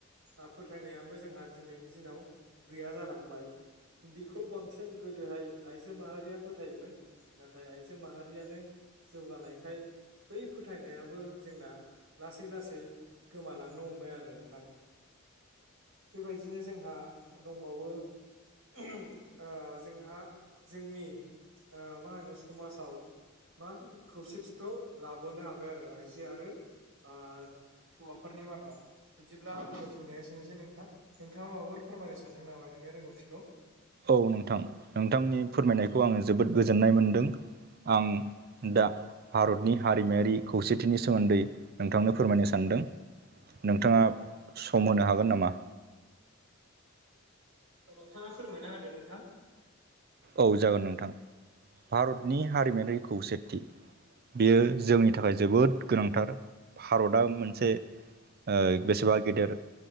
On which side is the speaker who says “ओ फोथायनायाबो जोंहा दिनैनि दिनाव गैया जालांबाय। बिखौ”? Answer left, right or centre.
Right